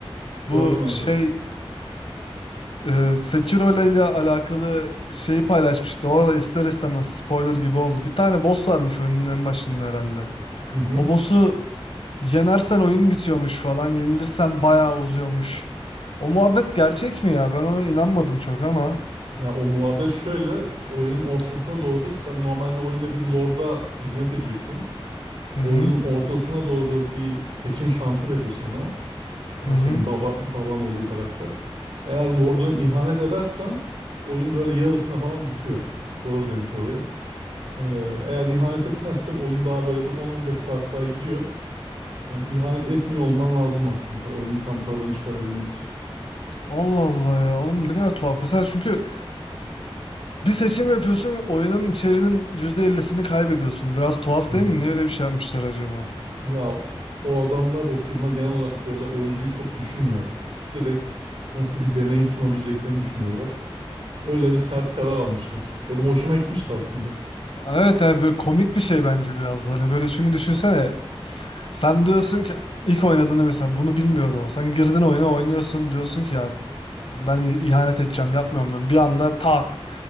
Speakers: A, on the right; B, on the left.
A: Gördüm
B: bu
A: evet,
B: şey
A: evet.
B: Ee, Sekiro ile alakalı şeyi paylaşmıştı. Orada ister istemez spoiler gibi oldu. Bir tane boss varmış oyunun en başında herhalde.
A: Hı hı.
B: O boss'u yenersen oyun bitiyormuş falan. Yenilirsen bayağı uzuyormuş. O muhabbet gerçek mi ya? Ben ona inanmadım çok ama.
A: Ya o muhabbet şöyle. Oyunun ortasına doğru sen normalde oyunda bir lorda hizmet ediyorsun. Oyunun
B: Hı hı.
A: ortasına doğru bir seçim şansı veriyor sana. e,
B: Hı hı.
A: senin baba baban olduğu karakter. Eğer Lord'una ihanet edersen oyun böyle yarısına falan bitiyor. Doğru demiş orayı. Ee, eğer ihanet etmezsen oyun daha böyle bir 10-15 saat daha gidiyor. Yani ihanet etmiyor olman lazım aslında oyunun tam tadını çıkarabilmek için.
B: Allah Allah ya. Oğlum ne kadar tuhaf. Mesela çünkü bir seçim yapıyorsun ve oyunun içerinin %50'sini kaybediyorsun. Biraz tuhaf
A: <laughs> Hı
B: değil
A: hı.
B: mi? Niye öyle bir şey yapmışlar acaba?
A: Ya o adamlar o firma genel olarak böyle oyuncuyu çok düşünmüyor. Direkt nasıl bir deneyim sunabileceklerini düşünüyorlar. Öyle bir sert karar almışlar. Benim hoşuma gitmişti aslında.
B: Evet yani böyle komik bir şey bence biraz da. Hani böyle çünkü düşünsene Sen diyorsun ki ilk oynadığında mesela bunu bilmiyor da olsan girdin oyuna oynuyorsun diyorsun ki ya ben i- ihanet edeceğim yapmıyorum diyorum. Bir anda tak